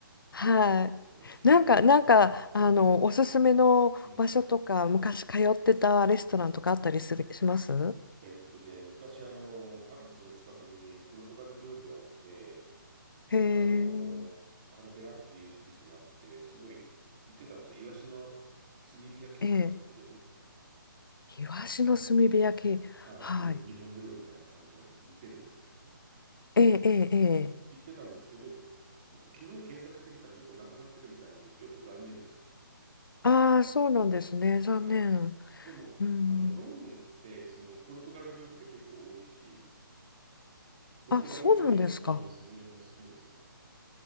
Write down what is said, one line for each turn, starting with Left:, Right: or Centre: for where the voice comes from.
Left: はい。
Right: <laughs>
Left: なんか、なんか、あの、おすすめの場所とか、
Right: うん。
Left: 昔通ってたレストランとかあったりする、します
Right: えっとね、昔あの、ハルツの近くにポルトガル料理があって、
Left: へえ、
Right: あの、カルベラっていう店があって、すごい行ってたんですよ。イワシの炭火焼きとか出してくれる。
Left: ええ。イワシの炭火焼き。
Right: はい。
Left: はい。
Right: もう日本料理みたいな感じなんです。似てるんですけどね。
Left: ええ、ええ、
Right: で
Left: ええ。
Right: 行ってたんですけど、ちょっと昨日検索してみたらちょっとなくなってるみたいに、ちょっと残念でした。
Left: ああ、そうなんですね。
Right: うん。
Left: 残念。
Right: はい。でも、
Left: うん。
Right: あの、ロンドンって、その、ポルトガル料理って結構多いし、ポルトガル料理は、
Left: あ、そうなんですか。
Right: はい、おすすめ、おすすめですね。